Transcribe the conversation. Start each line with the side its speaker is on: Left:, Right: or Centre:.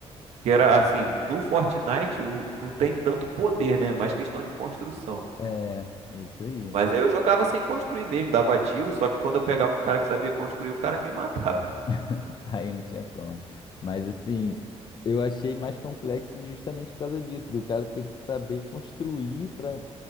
Right: Que era assim, no Fortnite o, não tem tanto poder, né? Mais questão de construção.
Left: É, é isso aí.
Right: Mas aí eu jogava sem construir mesmo, dava tiro, só que quando eu pegava um cara que sabia construir, o cara me <laughs> matava.
Left: <laughs> Aí não tinha como. Mas assim, eu achei mais complexo justamente por causa disso, do cara ter que saber construir para